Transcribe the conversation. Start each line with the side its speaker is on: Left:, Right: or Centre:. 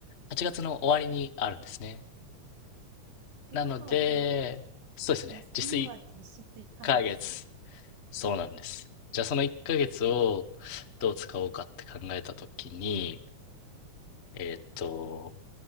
Left: 8月の終わりにあるんですね。
Right: てことは、
Left: なので、
Right: じゃあ、
Left: そうですね。
Right: 休みは実質1ヶ月、
Left: 実質1ヶ月。そうなんです。じゃあその1ヶ月をどう使おうかって考えたときに、えーっと、